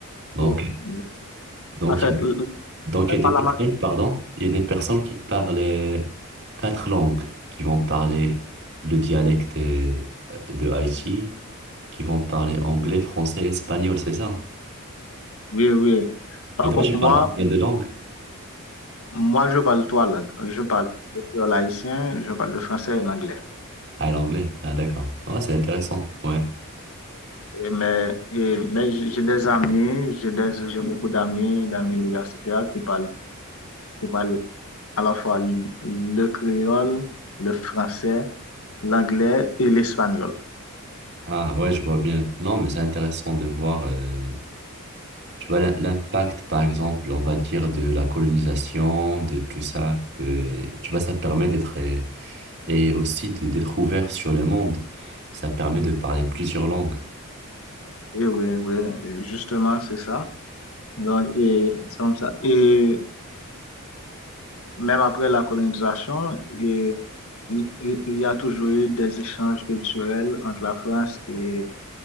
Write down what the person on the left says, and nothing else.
Oui.
En fait,
le- le-
je ne parle
pas
la ma-
Oui, oui. Par
contre,
moi,
moi, je parle trois langues. Je parle le créole haïtien, je parle le français et l'anglais.
Et mais et- mais j'ai j'ai des amis, j'ai des, j'ai beaucoup d'amis, d'amis universitaires qui parlent, qui parlent à la fois le le créole, le français, l'anglais et l'espagnol.
Et oui, oui, justement, c'est ça. Donc, et c'est comme ça. Et même après la colonisation, et, il il- y a toujours eu des échanges culturels entre la France et,